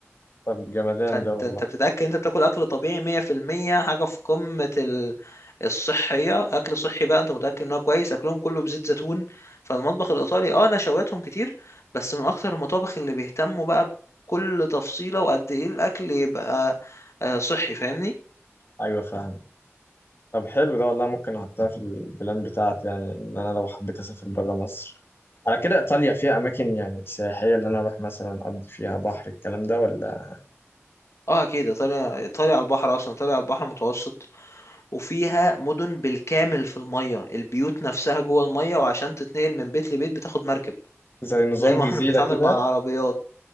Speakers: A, on the left (about 55°); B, on the left (about 75°).
A: طب جمدان
B: فانت
A: ده والله
B: انت بتتاكد انت بتاكل اكل طبيعي 100% حاجه في قمه ال... الصحيه اكل صحي بقى انت متاكد ان هو كويس اكلهم كله بزيت زيتون فالمطبخ الايطالي اه نشواتهم كتير بس من اكتر المطابخ اللي بيهتموا بقى بكل تفصيله وقد ايه الاكل يبقى آه، صحي فاهمني
A: ايوه فاهم طب حلو ده والله ممكن احطها في البلان بتاعتي يعني ان انا لو حبيت اسافر بره مصر على كده ايطاليا فيها اماكن يعني سياحيه اللي انا اروح مثلا اقضي فيها بحر الكلام ده ولا
B: اه اكيد ايطاليا ايطاليا على البحر اصلا ايطاليا على البحر المتوسط وفيها مدن بالكامل في الميه البيوت نفسها جوه الميه وعشان تتنقل من بيت لبيت بتاخد مركب
A: زي نظام
B: زي ما
A: جزيره
B: احنا بنتعامل
A: كده
B: مع العربيات